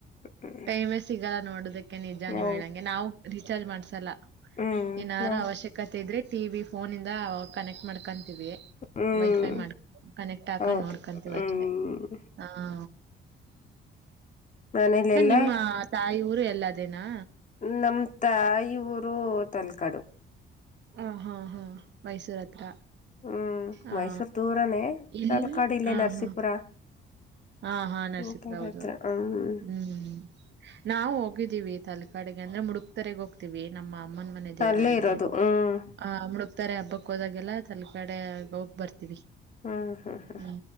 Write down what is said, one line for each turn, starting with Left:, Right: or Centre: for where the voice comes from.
Left: ಹ್ಮ್
Right: ಟೈಮೇ ಸಿಗಲ್ಲ ನೋಡದಕ್ಕೆ ನಿಜಾನ
Left: ಹೌದು
Right: ಹೇಳಂಗೆ ನಾವು ರೀಚಾರ್ಜ್ ಮಾಡ್ಸಲ್ಲ
Left: ಹ್ಮ್
Right: ಏನಾರು
Left: ನಾವು
Right: ಅವಶ್ಯಕತೆ ಇದ್ರೆ ಟಿವಿ ಫೋನ ಇಂದ ಕನೆಕ್ಟ್ ಮಾಡ್ಕೊ
Left: ಹ್ಮ್
Right: ವೈಫೈ ಮಾಡ್ ಕನೆಕ್ಟ್ ಹಾಕೊಂಡ್
Left: ಹೌದು
Right: ನೋಡ್ಕೊಂತೀವಿ
Left: ಹ್ಮ್
Right: ಅಷ್ಟೇ ಹ
Left: ಮನೆ ಎಲ್ಲ
Right: ನಿಮ್ಮ ತಾಯಿ ಊರು ಎಲ್ಲದೇನಾ
Left: ನಾಮ್ ತಾಯಿ ಊರು ತಲ್ಕಡು
Right: ಹ ಹಾ ಹಾ ಮೈಸೂರ ಹತ್ರ
Left: ಹ್ಮ್
Right: ಹ
Left: ಮೈಸೂರ್ ದೂರನೇ
Right: ಇಲ್ಲಿ
Left: ತಾಲ್ಕಾಡ ಇಲ್ಲೇ
Right: ಹ
Left: ನರಸೀಪುರ
Right: ಹಾ ಹಾ ಹಾ ನರಸಿಪುರ
Left: ಈ ಕಡೆ
Right: ಹೌದೌದು
Left: ಹತ್ರ ಹ್ಮ್
Right: ಹೂ ನಾವು ಹೋಗಿದ್ದೀವಿ ತಾಲಕ ಕಡೆಗೆ ಅಂದ್ರೆ ಮುಡುಕ್ತಾರೆಗ ಹೋಗ್ತೀವಿ ನಮ್ಮ ಅಮ್ಮನ ಮನೆ ದೇವ್ರಾದಾಗ
Left: ಅಲ್ಲೇ ಇರೋದು ಹ್ಮ್
Right: ಆ ಮುುಕ್ತಾರೆ ಹಬ್ಬ ಹ ಕೋದಾಗೆಲ್ಲ ತಲ ಕಡೆ ಆಗ ಬರ್ತೀವಿ
Left: ಹ್ಮ್ ಹ್ಮ್ ಹ್ಮ್
Right: ಹೂ